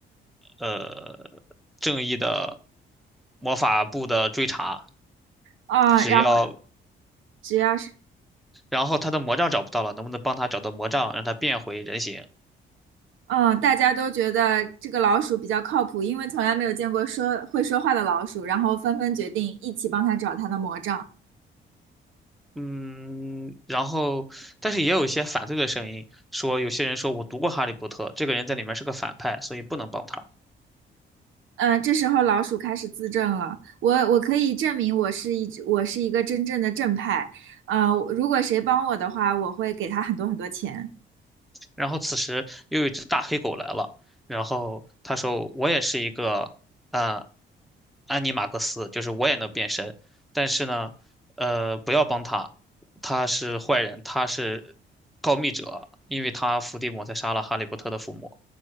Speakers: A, in the centre; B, on the right (about 80°).
A: 呃正义的魔法部的追查，
B: 啊，
A: 只要
B: 然后只要是
A: 然后他的魔杖找不到了，能不能帮他找到魔杖，让他变回人形？
B: 嗯，大家都觉得这个老鼠比较靠谱，因为从来没有见过说会说话的老鼠，然后纷纷决定一起帮他找他的魔杖。
A: 嗯，然后，但是也有一些反对的声音，说有些人说我读过《哈利波特》，这个人在里面是个反派，所以不能帮他。
B: 嗯，这时候老鼠开始自证了。我我可以证明我是一只我是一个真正的正派。呃，如果谁帮我的话，我会给他很多很多钱。
A: 然后此时又有一只大黑狗来了，然后他说我也是一个，呃，安妮马克斯，就是我也能变身，但是呢，呃，不要帮他，他是坏人，他是告密者，因为他伏地魔才杀了哈利波特的父母。